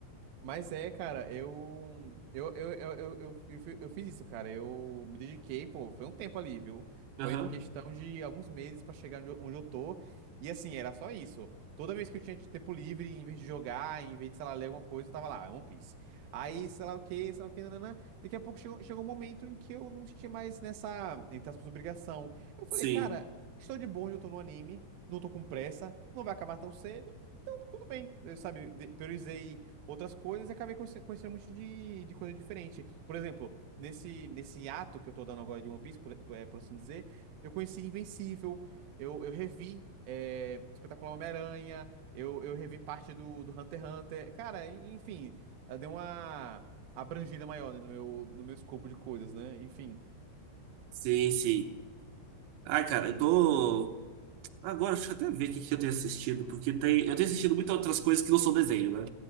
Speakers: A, on the right; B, on the right.
A: Mas é, cara, eu eu, eu, eu, eu, eu, eu fi- eu fiz isso, cara. Eu me dediquei, pô, foi um tempo ali, viu?
B: Aham.
A: Foi questão de alguns meses pra chegar onde eu onde eu tô. E assim, era só isso. Toda vez que eu tinha tempo livre, em vez de jogar, em vez de, sei lá, ler alguma coisa, eu tava lá, One Piece. Aí, sei lá o quê, sei lá o quê, nananã. Daqui a pouco chegou, chegou um momento em que eu não senti mais nessa, entre aspas, obrigação. Eu falei,
B: Sim.
A: cara, estou de bom eu tô no anime, não tô com pressa, não vai acabar tão cedo. Então, tudo bem, eu, sabe, de- priorizei outras coisas e acabei conhece- conhecendo um monte de, de coisa diferente. Por exemplo, nesse, nesse ato que eu tô dando agora de One Piece, por, é, por assim dizer, eu conheci Invencível, eu, eu revi é, Espetacular Homem-Aranha, eu, eu revi parte do, do Hunter x Hunter. Cara, en- enfim, eh, deu uma abrangida maior, né, no meu, no meu escopo de coisas, né? Enfim,
B: Sim, sim. Ah, cara, eu tô. Agora, deixa eu até ver o que que eu tenho assistido, porque tem... eu tenho assistido muitas outras coisas que não são desenho, né?